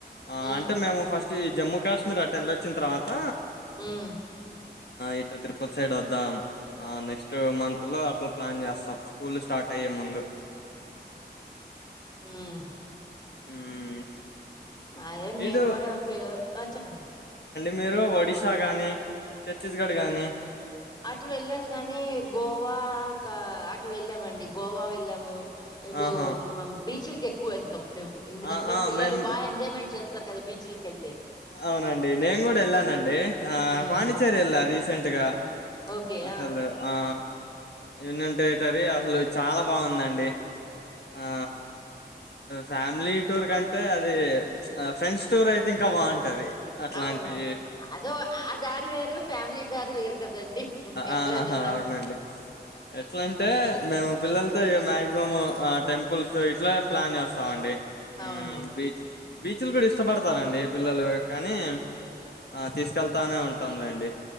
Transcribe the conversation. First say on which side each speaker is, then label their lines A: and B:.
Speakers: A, on the left; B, on the left.
A: ఆ
B: హ్మ్.
A: అంటే మేము ఫస్ట్ ఈ జమ్మూ కాశ్మీర్ అట్ట వెళ్ళొచ్చిన తర్వాత
B: మ్మ్
A: ఇటు త్రిపుల్ సైడ్ వద్దాం నెక్స్ట్ మంత్ లో అట్లా ప్లాన్ చేస్తా స్కూల్ స్టార్ట్ అయ్యే ముందు
B: మ్మ్
A: హ్మ్.
B: అదే మేము
A: ఇటు
B: కూడా పరు చెప్పండి
A: మ మీరు ఒడిశా గాని ఛత్తీస్గఢ
B: ఆ!
A: గాని
B: అటు వెళ్లేదు కానీ గోవా కా అటు వెళ్ళామండి గోవా వెళ్ళాము ఇటు
A: ఆహా
B: బీచ్ లకు ఎక్కువ వెల్లు మేము ఎందుకంటే
A: ఆ ఆ
B: పిల్లలు
A: మేం
B: బాగ ఎజాయ్మెంట్ చేస్తారు కదా బీచ్లకు వెళ్తే
A: అవునండి నేను కూడా వెళ్ళానండి ఆ
B: హ్మ్.
A: పాండిచేరి వెళ్ళ రీసెంట్ గా
B: ఓకే.
A: అసలు
B: ఆ!
A: ఆ యూనియన్ టెరిటరీ అసలు చాలా బాగుందండి ఆ ఫ్యామిలీ టూర్ కంటే అది ఫ్రెండ్స్ టూర్ అయితే ఇంకా బాగుంటది అట్లాంటి
B: అవునువును అదో ఆ దారు వేరు ఫ్యామిలీ దారు వేరు కదండీ. ఎట్లేదన్నా.
A: ఆహా అవునండి ఎట్లాంటే మేము పిల్లలతో ఏం మాక్సిమమ్ ఆ టెంపుల్స్ ఇట్లా ప్లాన్ చేస్తామండి మ్మ్
B: అవును
A: బీచ్ బీచ్లు కూడా ఇష్టపడతారండి పిల్లలు కానీ ఆ తీసుకెళ్తానే ఉంటాంలేండి